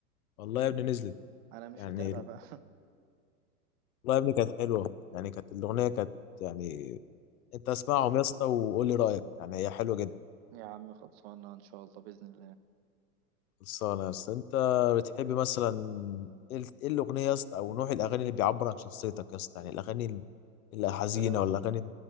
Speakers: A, on the left; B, on the right.
A: والله يا ابني نزلت
B: انا مش
A: يعني
B: متابع
A: والله
B: بقى
A: يا ابني كانت حلوه يعني كانت الاغنيه كانت يعني انت اسمعهم يا اسطى وقول لي رايك يعني هي حلوه جدا
B: <laughs> يا عم خلصانه ان شاء الله باذن
A: خلصانة يا اسطى انت بتحب مثلا ايه ال- ايه الاغنية يا اسطى او نوع الاغاني اللي بيعبر عن شخصيتك يا اسطى يعني الاغاني ال- الحزينة
B: الله
A: ولا الاغاني